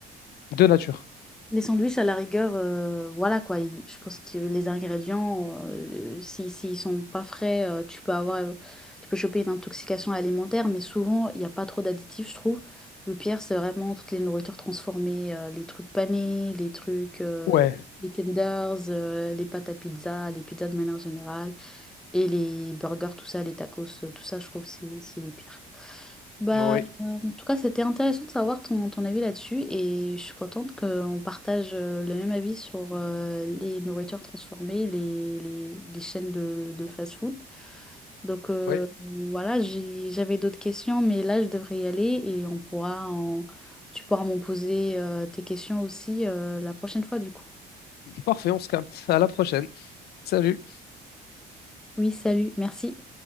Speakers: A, on the left; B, in the centre.
A: De nature.
B: Les sandwichs, à la rigueur, euh, voilà quoi. il- Je pense que les ingrédients, euh, si, s'ils sont pas frais, euh, tu peux avoir, euh, tu peux choper une intoxication alimentaire, mais souvent, il n'y a pas trop d'additifs, je trouve. Le pire, c'est vraiment toutes les nourritures transformées, euh, les trucs panés, les trucs, euh,
A: Ouais.
B: les tenders, euh, les pâtes à pizza, les pizzas de manière générale, et les burgers, tout ça, les tacos, euh, tout ça, je trouve, c'est c'est les pires. Bah,
A: Ouais.
B: euh, en tout cas, c'était intéressant de savoir ton, ton avis là-dessus et je suis contente qu'on partage euh, le même avis sur euh, les nourritures transformées, les, les, les chaînes de, de fast-food. Donc euh,
A: Ouais.
B: voilà, j'ai- j'avais d'autres questions, mais là, je devrais y aller et on pourra en- tu pourras m'en poser euh, tes questions aussi euh, la prochaine fois du coup.
A: Parfait, on se capte. À la prochaine. Salut.
B: Oui, salut, merci.